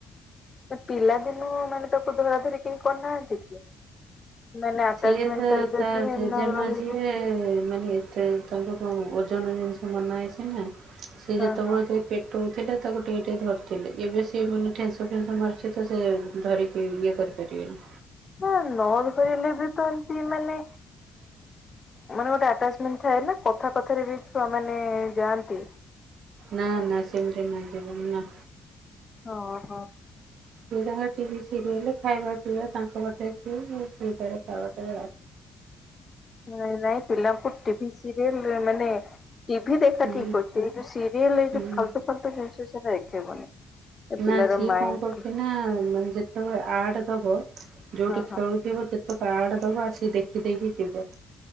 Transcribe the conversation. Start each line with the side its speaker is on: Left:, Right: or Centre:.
Left: ପିଲା ଦିନୁ ମାନେ ତାକୁ ଧରା ଧରି କେହି କରିନାହାନ୍ତି କି? ମାନେ ଆଟାଚମେଣ୍ଟ
Right: ସିଏ ତ
Left: ଯଦି
Right: ତା
Left: ନ
Right: ଜେଜେମା
Left: ରହିବ
Right: ଯିଏ - ମାନେ ଏତେ ତାଙ୍କର ଓଜନ ଜିନିଷ ମନା ହେଇଛି। ନା ସେ
Left: ହଁ
Right: ଯେତେବେଳେ
Left: ହଁ
Right: ଯେ- ପେଟଉଥିଲେ ତାକୁ ଟିକେ ଟିକେ ଧରିଥିଲେ ଏବେ ସିଏ ମାନେ ଠେସ ଫେନ୍ସ ମାରୁଛି ତ ସେ ଧରିକି ଇଏ କରି। କରିିବେନି।
Left: ହଁ ନଧରିଲେ ବି ତ ଏମିତି ମାନେ ମାନେ ଗୋଟେ ଆଟାଚମେଣ୍ଟ ଥାଏ ନା କଥା କଥାରେ ବି ଛୁଆ ମାନେ ଯାଆନ୍ତି।
Right: ନା ନା ସେମିତି ନ ଯିବ ନା।
Left: ହଁ ହୋ
Right: ସିଏ ତାଙ୍କ ଟିଭି ସିରିଏଲ ଖାଇବା ପିଇବା ତାଙ୍କ ପାଟେ ସିଏ ସେଇଠରେ ଖବାଟେ
Left: ନାଇଁ ନାଇଁ ପିଲାଙ୍କୁ ଟିଭି ସିରିଏଲ ମାନେ ଟିଭି ଦେଖା
Right: ହୁଁ
Left: ଠିକ୍ ଅଛି ଏଇ ଯୋଉ ସିରିଏଲ ଏଇ
Right: ହୁଁ
Left: ଯୋଉ ଆଲତୁ ଫାଲତୁ ଜିନିଷ ସେଇଟା ଦେଖେଇବନି। ଏ ପିଲାର
Right: ନା ସିଏ
Left: ମାଇଣ୍ଡ
Right: କଣ କରୁଛି ନା ମାନେ ଯେତେବେଳେ ଆର୍ଟ ଦବ ଯୋଉଠି
Left: ହଁ ହଁ।
Right: ଖେଳୁ ଥିବ ଯେତେ କାର୍ଡ ଦବ ଆସିକ ଦେଖିଦକି ଯିବ